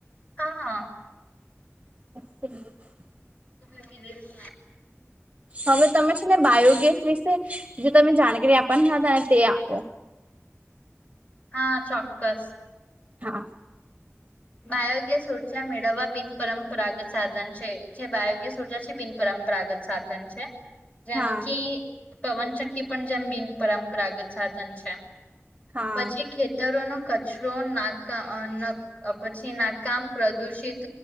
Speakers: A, on the left; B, on the right.
A: હા હા
B: <inaudible>
A: <inaudible>
B: હ હવે તમે છે ને બાયો ગેસવિશે જે તમે જાણકારી આપવાના હતા ને તે આપો
A: હા ચોક્કસ
B: હા
A: બાયોગેસ ઉર્જા મેળવવા બિન પરંપરાગત સાધન છે જે બાયોગેસ ઉર્જા છે બિન પરં પરાગત સાધન છે જેમકી
B: હા
A: પવનચક્કી પણ જેમ બિન પરંપરાગત સાધન છે
B: હા
A: પછી ખેતરોનો કચરો નાકા અ નક પછી નાકામ પ્રદુષિત